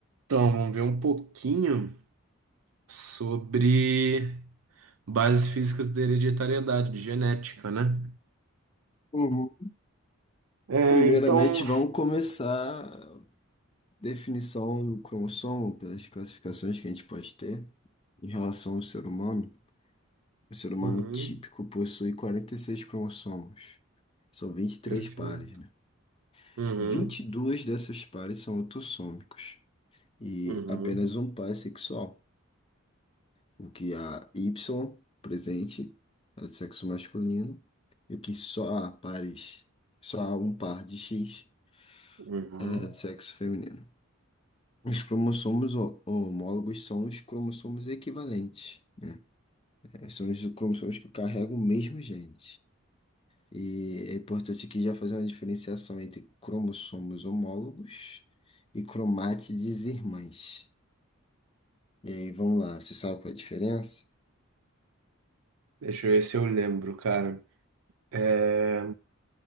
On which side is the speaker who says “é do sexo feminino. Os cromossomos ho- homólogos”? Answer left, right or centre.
Left